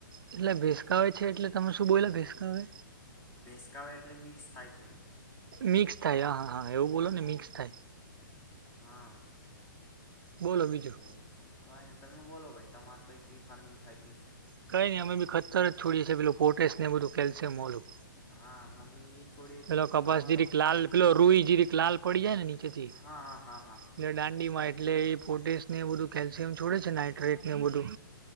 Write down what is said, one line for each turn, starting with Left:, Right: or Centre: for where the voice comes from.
Right: એટલે ભેસકાવે છે એટલે તમે શું બોઈલાં ભેસકાવે?
Left: ભેંસકાવે એટલે મિક્સ થાય છે.
Right: મિક્સ થાય, હા, હા, હા એવું બોલો ને મિક્સ થાય.
Left: હા
Right: બોલો બીજું
Left: એવું કાંઈ નથ તમે બોલો ભાઈ તમારે તેઈ કેવી ફાર્મિંગ થાય છે?
Right: કંઈ નઈ અમે બી ખતર જ છોડીએ છીએ પેલું પોટેશ ને એ બધું કેલ્શિયમ ઓલું.
Left: હા અમે બી એ છોડીએ
Right: પેલો
Left: છીએ
Right: કપાસ
Left: પણ અમારો
Right: જીરીક લાલ પેલો રૂઈ જીરીક લાલ પડી જાય ની તેથી,
Left: હા હા હા હા
Right: ને દાંડી માં એટલે ઈ પોટેશને એવું બધું કેલ શિયમ છોડે છે નાઇટરેટ ને એ બધું.